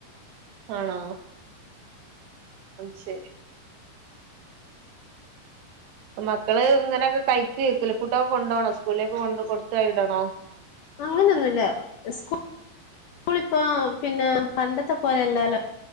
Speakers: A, on the right; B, on the left.
A: ആണോ അത് ശരി മക്കള് ഇങ്ങനൊക്കെ കഴിക്ക് ഫുഡൊക്കെ കൊണ്ട് പോണോ സ്കൂളിലേക്ക് കൊണ്ട് കൊടുത്തായിടണോ
B: അങ്ങനെയൊന്നുമില്ല സ്കൂ സ്കൂളിളിപ്പം പിന്നെ പണ്ടത്തെ പോലെയല്ലാലോ